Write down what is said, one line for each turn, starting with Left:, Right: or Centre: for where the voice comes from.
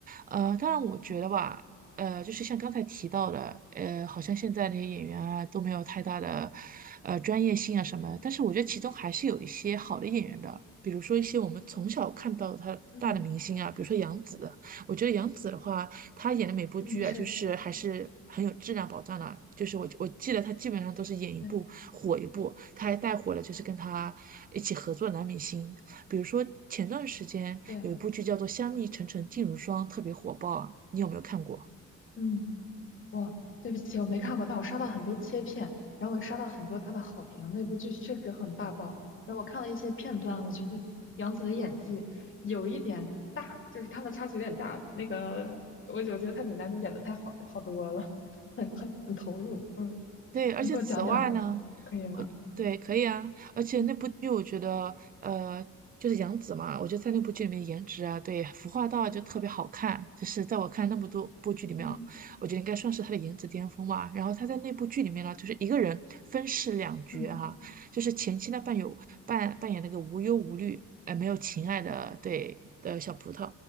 Right: 呃，当然我觉得吧，
Left: 嗯
Right: 呃，就是像刚才提到的，呃，好像现在那些演员啊都没有太大的，呃，专业性啊什么，但是我觉得其中还是有一些好的演员的。比如说一些我们从小看到他大的明星啊，
Left: 嗯
Right: 比如说杨紫，我觉得杨紫的话，他演的每部剧啊，
Left: 嗯，是
Right: 就是还是很有质量保障的。就是我我记得他基本上都是演一部火一部，
Left: 对
Right: 他还带火了就是跟他一起合作的男明星，比如说前段时间有一部剧叫做《香蜜沉沉烬如霜》，
Left: 对，
Right: 特别火爆啊，你有没有看过？
Left: 嗯，我对不起，我没看过，但我刷到很多切片，然后我也刷到很多他的好评，那部剧确实很大爆。然后我看了一些片段，我觉得杨紫的演技有一点大，就是她的差距有点大。那个，我我觉得她比男主演的太好好多了，很很很投入。嗯，
Right: 对，而且此外呢，
Left: 你给我讲讲可以吗？
Right: 对，可以啊，而且那部剧我觉得，
Left: 嗯
Right: 呃，就是杨紫嘛，我觉得在那部剧里面颜值啊，对，服化道啊就特别好看，就是在我看那么多部剧里面啊，
Left: 嗯
Right: 我觉得应该算是她的颜值巅峰吧。然后她在那部剧里面呢，就是一个人分饰两角啊，
Left: 嗯
Right: 就是前期呢扮有扮扮演那个无忧无虑，呃，没有情爱的对的小葡萄，
Left: 嗯